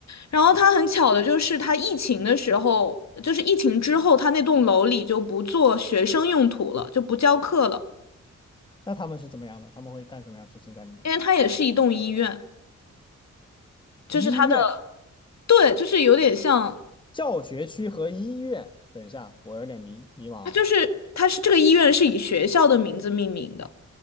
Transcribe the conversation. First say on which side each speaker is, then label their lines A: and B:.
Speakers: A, on the left; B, on the left.
A: 然后它很巧的就是，它疫情的时候，就是疫情之后，它那栋楼里就不做学生用途了，就不教课了，
B: 那他们是怎么样的？他们会干什么样的事情在里面？
A: 因为它也是一栋医院，就是它的，
B: 医院、
A: 对，就是有点像，
B: 教学区和医院。等一下，我有点迷迷茫了。
A: 它就是它是这个医院是以学校的名字命名的。